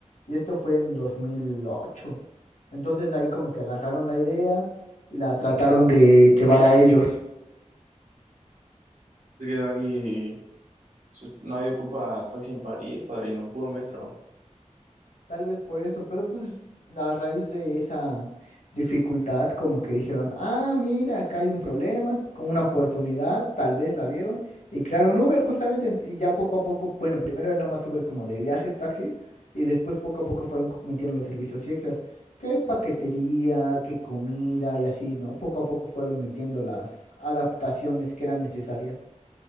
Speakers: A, on the left; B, on the right.
A: Y esto fue en dos mil ocho Entonces de ahí como que agarraron la idea y la trataron de llevar a ellos.
B: Es que nadie, Se- Nadie ocupa taxi en París, padrino, puro metro.
A: Tal vez por eso, pero pues a raíz de esa dificultad, como que dijeron, ah, mira, acá hay un problema, con una oportunidad, tal vez la vieron, y crearon Uber justamente, ent- y ya poco a poco, bueno, primero era nada más Uber como de viajes, taxis, y después poco a poco fueron co- metiendo los servicios extras, que paquetería, que comida y así, ¿no? Poco a poco fueron metiendo las adaptaciones que eran necesarias.